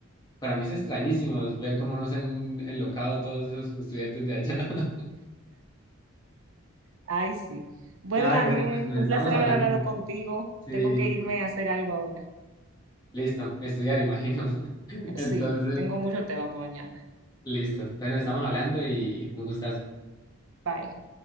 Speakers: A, on the left; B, on the right.
A: Para mí es extrañísimo ver cómo nos han enlocado todos esos estudiantes de allá. <laughs>
B: Ay, sí. Bueno,
A: Ay,
B: Daniel,
A: bueno, pues nos
B: un
A: estamos
B: placer
A: hablando.
B: haber hablado contigo.
A: Sí,
B: Tengo que irme a hacer algo ahora.
A: listo, estudiar, imagino. <laughs>
B: Sí,
A: Entonces,
B: tengo mucho tema para mañana.
A: listo, pues nos estamos hablando y un gustazo.
B: Bye.